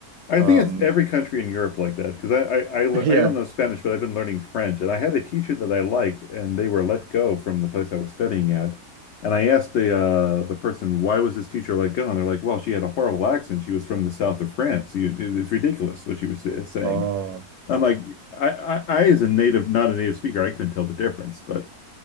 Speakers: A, on the left; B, on the right.
A: I
B: Um,
A: think it's every country in Europe like that because I, I I lear-
B: <laughs> yeah.
A: I don't know Spanish, but I've been learning French, and I had a teacher that I liked, and they were let go from the place I was studying at, and I asked the uh, the person why was this teacher let go, and they're like, well, she had a horrible accent. She was from the south of France. You, it- it's ridiculous what she was sa- saying.
B: Oh,
A: I'm like, I, I I as a native, not a native speaker, I couldn't tell the difference, but